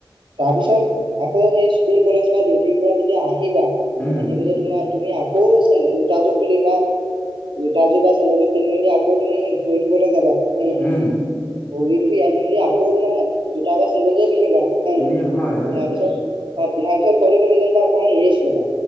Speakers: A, on the right; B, on the left.
A: তাৰপিছত আকৌ সেই স্কুল কলেজ বা ডিউটিৰ পৰা যেতিয়া আহিবা
B: উম
A: আহি মেলি তোমাৰ তুমি আকৌ চেন জোতাযোৰ খুলিবা জোতাযোৰ বা চেন্দেল যোৰ খুলি মেলি আকৌ তুমি ভৰি চুবলৈ যাবা হয় নহয়,
B: উম
A: ভৰি ধুই আহি মেলি আকৌ তোমাৰ জোতা বা চেন্দেল যোৰে পিন্ধিবা হয়
B: তিনি
A: নহয়,
B: হয় হয়
A: পিন্ধাৰ পিছত অ', পিন্ধাৰ পিছত হয়তো তুমি যেনিবা অকমান ৰেষ্ট লবা